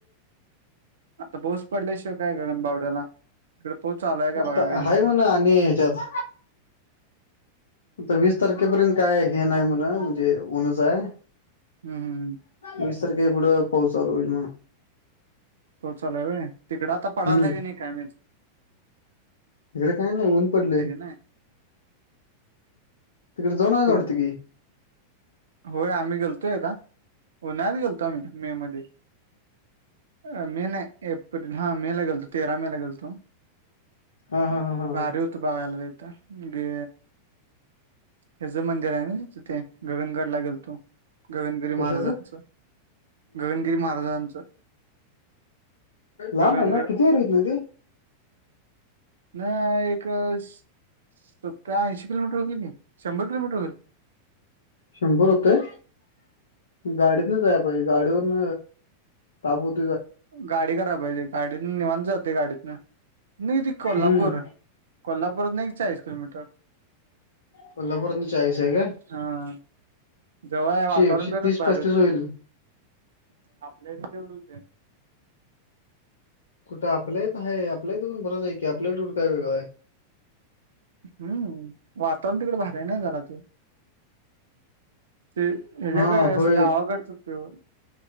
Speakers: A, on the right; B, on the left.
A: आता पाऊस पडल्याशिवाय काय गगन बावड्याला तिकड पाऊस चालू हाय काय
B: आता
A: बघाय पाईजे.
B: हाय म्हण आणि ह्याच्यात आता वीस तारखेपर्यंत काय हे नाही म्हण म्हणजे ऊनच आहे.
A: हम्.
B: वीस तारखे पुढं पाऊस चालू होईल मग.
A: पाऊस चालू आहे व्हय, तिकड आता पडालाही
B: हम्म
A: नाही काय मी
B: इकडे काय नाही ऊन पडले.
A: ना
B: तिकडे जाऊन आले
A: तुम
B: वाटत की.
A: होय आम्ही गेलतो एकदा उन्हाळ्यात गेलतो आम्ही मे मध्ये. अ मे नाही एप्रिल हा मे ला गेलतो तेरा मे ला गेलतो.
B: हा, हा, हा, हा
A: भारी होत बघायला तिथं गे हेचं मंदिर आहे ना तिथे गगनगड ला गेलतो. गगनगिरी महाराजांचं,
B: कशाच
A: गगनगिरी महाराजांचं.
B: लांब
A: गगनगड
B: आहे ना किती <unintelligible> किलोमीटर येते
A: न एक सत्तय ऐंशी किलोमीटर होउल की. शंभर किलोमीटर होईल
B: शंभर होते. गाडीतनच जाया पाहिज गाडीवरून ताबूत
A: गाडी करायला पाहिजे गाडीतन निवांत जात. गाडीतून नाही ते कोल्हापूर
B: हम्म
A: कोल्हापूरात एक चाळीस किलोमीटर.
B: कोल्हापूरातन चाळीस आहे का?
A: हा. जवळ आहे वातावरण
B: एकशे
A: बी
B: तीस
A: भारी
B: पस्तीस
A: होते
B: होईल
A: आपल्याच तेवढच आहे.
B: कुठं आपल्या इथं आहे आपल्या इथे पण बरच आहे की आपल्याला कुठं काय वेगळं आहे.
A: हम्म, वातावरण तिकड भारी आहे ना जरा ते हच्याकडे
B: हा
A: असं
B: होय
A: गावाकडचते